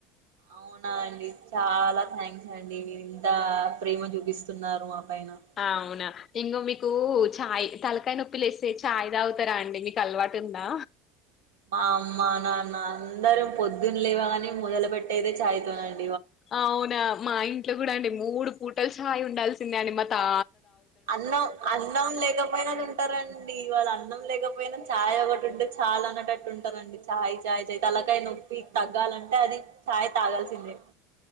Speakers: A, on the right; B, on the left.
A: అవునా అండి చాలా థ్యాంక్స్ అండి మీరు ఇంత ప్రేమ చూపిస్తున్నారు మా పైన
B: ఆ అవునా ఇంగో మీకు చాయ్ తలకాయ నొప్పి లేస్తే చాయ్ తాగుతారా అండి మీకు అలవాటు ఉందా
A: మా అమ్మా నాన్న అందరం పొద్దున్న లేవాగానే మొదలు పెెట్టేదే చాయ్ తో నన్
B: అవునా మా ఇంట్లో కూడా అండి మూడు పూటల్ చాయ్ ఉండాల్సిందే అని మా తా
A: అన్నం అన్నం లేకపోయినది ఉంటారండి ఇవాళ అన్నం లేకపొ యినా ఛాయ్ ఒకటి ఉంటే చాల్ అనేటట్టు ఉంటారండి చాయ్ చాయ్ చయ్ తలకాయ నొప్పి తగ్గాలంటే అది చాయ్ తాగాల్సిందే